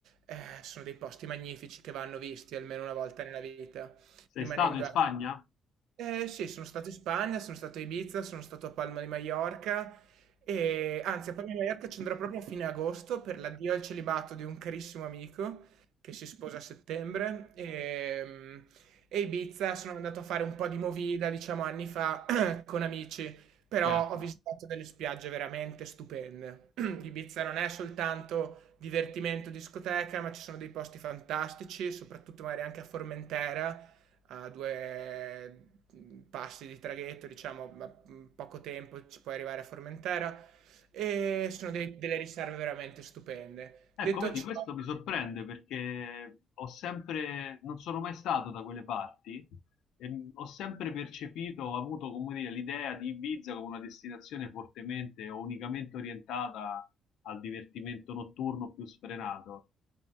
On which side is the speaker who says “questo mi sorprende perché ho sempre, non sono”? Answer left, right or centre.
Left